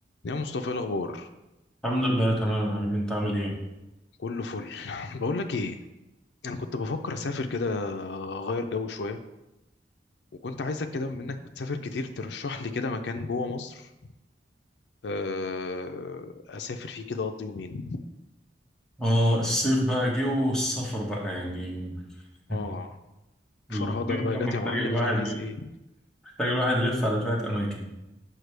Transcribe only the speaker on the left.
يا مصطفى إيه الاخبار
كله فل بقول لك ايه انا كنت بفكر اسافر كده اغير جو شويه وكنت عايزك كده بما انك بتسافر كتير ترشح لي كده مكان جوه مصر آه، اسافر فيه كده اقضي يومين
اه
فرهضه بقى
جت
يا معلم
فانا عايز ايه